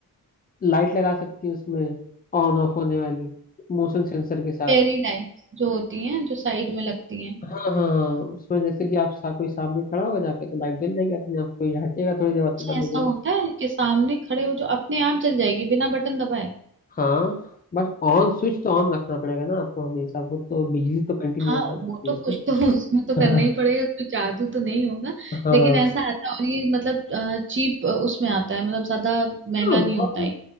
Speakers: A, on the left; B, on the right.
A: लाइट लगा सकती हैं उसमें ऑन ऑफ होने वाली मोशन सेंसर के साथ
B: फेरी लाइट्स जो होती हैं जो साइड में लगती हैं
A: हाँ हाँ हाँ, उसमें जैसे कि आप सा, कोई सामने खड़ा होगा जाके तो लाइट जल जाएगी अपने आप कोई हटेगा थोड़ी देर बाद
B: अच्छा
A: तो बंद
B: ऐसा
A: हो जाएगी
B: होता है कि सामने खड़े हो जो अपने आप जल जाएगी बिना बटन दबाए
A: हाँ बस ऑन स्विच तो ऑन रखना पड़ेगा ना आपको हमेशा वो तो बिजली तो कंटिन्यूअस
B: हाँ
A: आनी
B: वो
A: चाहिए
B: तो
A: उसमें
B: कुछ तो <laughs> उसमें तो करना
A: हाँ
B: ही पड़ेगा कोई जादू तो नहीं होगा
A: हाँ
B: लेकिन ऐसा आता है और ये मतलब चीप उसमें आता है मतलब ज्यादा महंगा
A: हाँ,
B: नहीं
A: बहुत
B: होता है